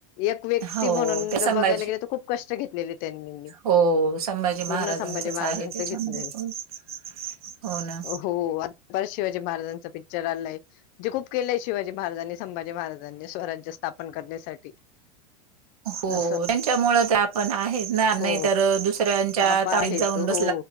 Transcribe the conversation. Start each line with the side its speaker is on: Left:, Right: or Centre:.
Left: एक व्यक्ती
Right: हो
Left: म्हणून
Right: त्या
Left: जर
Right: संभाजी
Left: बघायला गेले तर खूप कष्ट घेतलेले त्यांनी
Right: हो संभाजी
Left: पूर्ण
Right: महाराजांचच
Left: संभाजी महाराजांचं
Right: आहे त्याच्यामध्ये
Left: घेतले
Right: पण हो ना
Left: हो आता शिवाजी महाराजांचा पिक्चर आलाय जे खूप केलेय शिवाजी महाराजांनी संभाजी महाराजांनी स्वराज्य स्थापन करण्यासाठी
Right: हो
Left: असं
Right: त्यांच्यामुळे आपण आहे ना नाही
Left: हो
Right: तर दुस त
Left: आपा आहे
Right: जाऊ
Left: तो
Right: ब
Left: हो